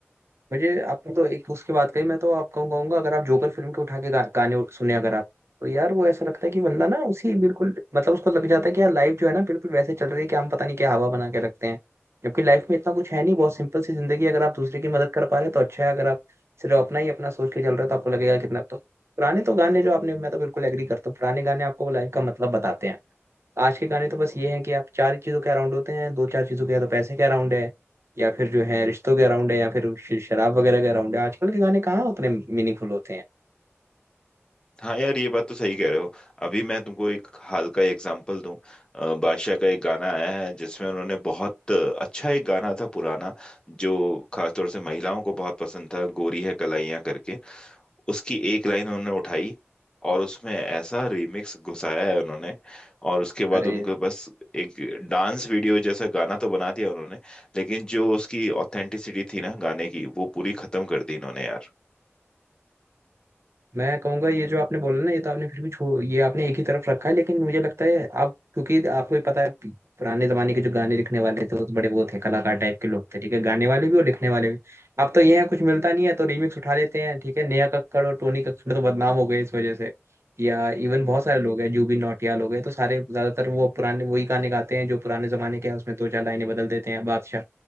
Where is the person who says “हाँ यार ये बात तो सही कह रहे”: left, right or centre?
Left